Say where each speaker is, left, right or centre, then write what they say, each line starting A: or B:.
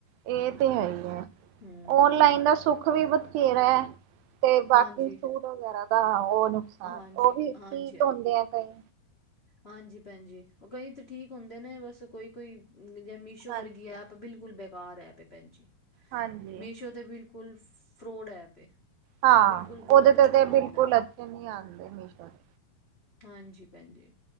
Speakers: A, on the right; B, on the left.
A: ਇਹ ਤੇ ਹੈ ਹੀ ਹੈ
B: ਹੂੰ
A: ਓਨਲਾਈਨ ਦਾ ਸੁੱਖ ਵੀ ਬਥੇਰਾ ਤੇ ਬਾਕੀ
B: ਹਾਂਜੀ
A: ਸੂਟ ਵਗੈਰਾ ਦਾ ਉਹ ਨੁਕਸਾਨ
B: ਹਾਂਜੀ
A: ਉਹ ਵੀ ਠੀਕ
B: ਹਾਂਜੀ
A: ਹੁੰਦੇ ਆ ਕਈ।
B: ਹਾਂਜੀ ਭੈਣਜੀ ਉਹ ਕਈ ਤਾਂ ਠੀਕ ਹੁੰਦੇ ਨੇ ਬਸ ਕੋਈ ਕੋਈ ਜਾਂ ਮੀਸ਼ੋ
A: ਹਾਂਜੀ
B: ਵਰਗੀ ਐਪ। ਬਿਲਕੁਲ, ਬੇਕਾਰ ਐਪ ਏ ਭੈਣ ਜੀ
A: ਹਾਂਜੀ
B: ਮੀਸ਼ੋ ਤੇ ਬਿਲਕੁਲ ਫਰੋਡ ਐਪ ਏ।
A: ਹਾਂ,
B: ਬਿਲਕੁਲ ਗਲਤ
A: ਉਹਦੇ ਤੇ
B: ਕੱਪੜਾ
A: ਤੇ ਬਿਲਕੁਲ
B: ਆਂਦਾ
A: ਅੱਛੇ ਨਹੀਂ ਆਉਂਦੇ ਮੀਸ਼ੋ ਤੇ।
B: ਹਾਂਜੀ ਭੈਣ ਜੀ